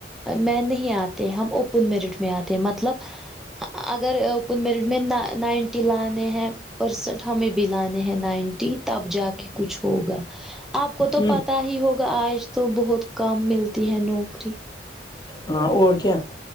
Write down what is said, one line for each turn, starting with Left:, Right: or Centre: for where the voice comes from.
Centre: میں نہیں آتے ہم اوپن میرٹ مے آتے ہے مطلب اگر پن میرٹ میں نائنٹی لانے ہیں پرسنٹ ہمیں بی لانے ہیں نائنٹی تب جا کے کچھ ہوگا آپ کو تو
Left: ہ
Centre: پتا ہی ہوگا آج تو بہت کم ملتی ہے نوکری
Left: ہاں اور کیا